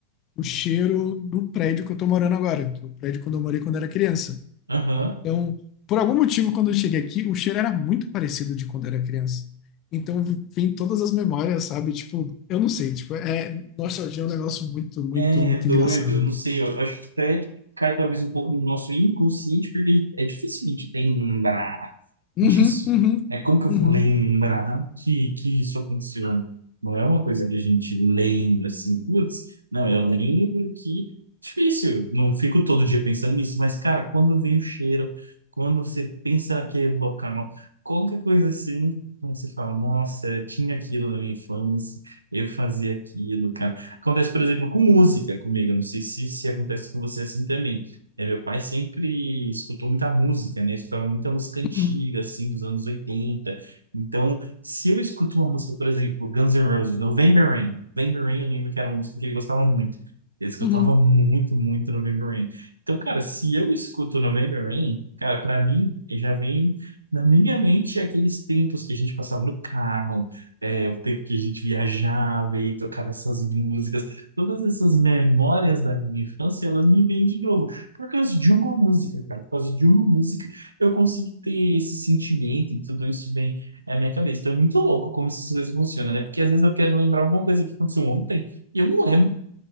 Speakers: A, on the left; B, on the right.
A: o cheiro do prédio que eu tô morando agora, que é o prédio quando eu morei quando era criança.
B: Aham.
A: Então, por algum motivo, quando eu cheguei aqui, o cheiro era muito parecido de quando era criança. Então, vem todas as memórias, sabe? Tipo, eu não sei, tipo, é, nostalgia é um negócio muito, muito,
B: É,
A: muito
B: é doido.
A: engraçado.
B: Eu não sei, eu acho que até cai talvez um pouco do nosso inconsciente, porque é difícil a gente lembrar.
A: Uhum,
B: disso,
A: uhum,
B: né? Como que
A: uhum,
B: eu vou lembrar que, que isso aconteceu? Não é uma coisa que a gente lembra assim, putz, não, eu lembro que difícil, não fico todo dia pensando nisso, mas cara, quando vem o cheiro, quando você pensa naquele local, qualquer coisa assim, você fala, nossa, eu tinha aquilo na minha infância, eu fazia aquilo, cara. Acontece, por exemplo, com música comigo, eu não sei se, se acontece com você assim também. É, meu pai sempre escutou muita música, né? Escutava muita música antiga,
A: uhum,
B: assim, dos anos 80. Então, se eu escuto uma música, por exemplo, Guns N' Roses, November Rain. November Rain, eu lembro que era uma música que ele gostava muito. Ele escutava
A: uhum.
B: muito, muito November Rain. Então, cara, se eu escuto November Rain, cara, pra mim, ele já vem na minha mente aqueles tempos que a gente passava no carro, é, o tempo que a gente viajava e tocava essas músicas. Todas essas memórias da minha infância, elas me vêm de novo. Por causa de uma música, cara. Por causa de uma música, eu consigo ter esse sentimento e tudo isso vem na minha cabeça. Então é muito louco como essas coisas funcionam, né? Porque às vezes eu quero lembrar alguma coisa que aconteceu ontem e eu não lembro.